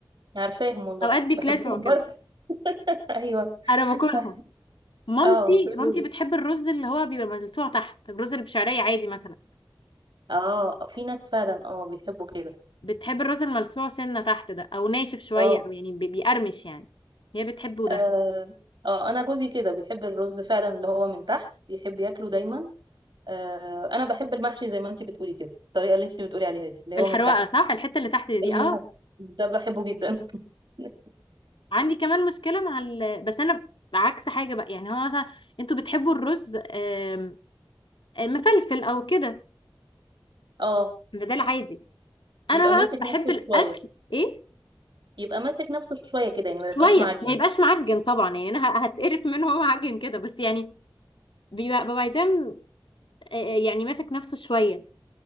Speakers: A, on the right; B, on the left.
A: عارفاهم والله
B: اوقات بيتلسعوا
A: بحبهم
B: كده
A: برضه <laughs> ايوه
B: انا باكلهم
A: بح-
B: مامتي
A: اه دول
B: مامتي بتحب الرز اللي هو بيبقى ملسوع تحت الرز اللي بشعريه عادي مثلا
A: اه في ناس فعلا اه بيحبوا كده
B: بتحب الراس الملسوع سنة تحت ده او ناشف شوية
A: اه
B: او يعني بي- بيقرمش يعني هي بتحبه ده
A: اه آه، انا جوزي كده بيحب الرز فعلا اللي هو من تحت يحب ياكله دايما آه انا بحب المحشي زي ما انتي بتقولي كده الطريقه اللي انتي بتقولي عليها دي اللي
B: الحروقة
A: هو من تحت
B: صح الحتة اللي تحت دي
A: المحشي
B: اه
A: ده بحبه جدا <laughs>
B: عندي كمان مشكلة مع ال... بس انا عكس حاجة بقى يعني هو مثلا انتوا بتحبوا الرز آم، آم، مفلفل او كده
A: اه
B: ده ده العادي انا
A: يبقى
B: بقى
A: ماسك
B: بحب
A: نفسه
B: الاكل
A: شوية
B: ايه
A: يبقى ماسك نفسه شوية كده يعني ما
B: شوية
A: يبقاش معجن
B: ما يبقاش معجن طبعا يعني انا ه- هتقرف منه هو معجن كده بس يعني بيبقى ببقى عايزاه آه، آه، يعني ماسك نفسه شوية